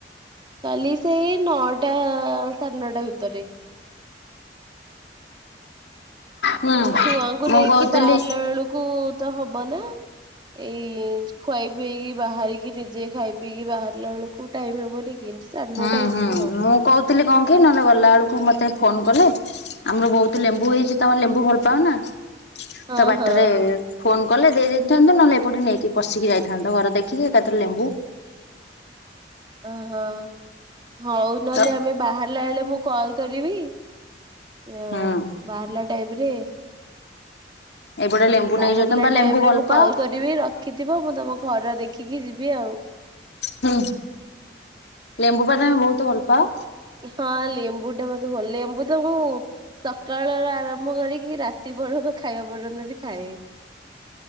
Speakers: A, on the right (about 25°); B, on the left (about 70°).
A: କାଲି ସେଇ ନଅଟା ସାଢେ ନଅଟା ଭିତରେ।
B: ହୁଁ।
A: ଛୁଆଙ୍କୁ
B: ମୁଁ
A: ନେଇକି
B: କହୁଥିଲି
A: ବାହାରିଲା ବେଳକୁ ତ ହବ ନା। ଏଇ ଖୁଆଇ ପିଏଇକି ବାହାରିକି ନିଜେ ଖାଇ ପିଇକି ବାହାରିଲା ବେଳକୁ ଟାଇମ ହବନି କି? ସାଢେ
B: ହୁଁ
A: ନଅଟା ହେଇଯିବ
B: ହୁଁ
A: ଆଉ
B: ମୁଁ କଉଥିଲି କଣ କି? ନହେନେ ଗଲା ବେଳକୁ ମତେ ଫୋନ କଲେ ଆମର ବହୁତ ଲେମ୍ବୁ ହେଇଚି ତମେ ଲେମ୍ବୁ ଭଲ ପାଅନା?
A: ହଁ
B: ତ ବାଟରେ
A: ହଁ
B: ଫୋନ କଲେ ଦେଇଦେଇଥାନ୍ତୁ ନହେଲେ ଏପଟେ ନେଇକି ପଶିକି ଯାଇଥାନ୍ତ ଘର ଦେଖିକି ଏକାଥରେ ଲେମ୍ବୁ
A: ଓହୋ ହଉ ନହେଲେ
B: ତ
A: ଆମେ ବାହାରିଲା ବେଳେ ମୁଁ କଲ କରିବି ଅ
B: ହୁଁ
A: ବାହାରିଲା ଟାଇପ୍ ରେ
B: ଏପଟେ ଲେମ୍ବୁ
A: ବାହାରିଲା
B: ନେଇଯାଉ ତମେ ବା ଲେମ୍ବୁ
A: ଟାଇମ୍
B: ଭଲ
A: ରେ ମୁଁ
B: ପାଅ।
A: କଲ କରିବି ରଖିଥିବ। ମୁଁ ତମ ଘର ଦେଖିକି ଯିବି ଆଉ।
B: ହୁଁ ଲେମ୍ବୁ ପା ତମେ ବହୁତ ଭଲ ପାଅ।
A: ହଁ ଲେମ୍ବୁ ଟା ମତେ ଭଲ ଲାଗେ ଲେମ୍ବୁ ତ ମୁଁ ସକାଳ ଆରମ୍ଭ କରିକି ରାତି <unintelligible> ଖାଇବା ପର୍ଯ୍ୟନ୍ତ ବି ଖାଏ।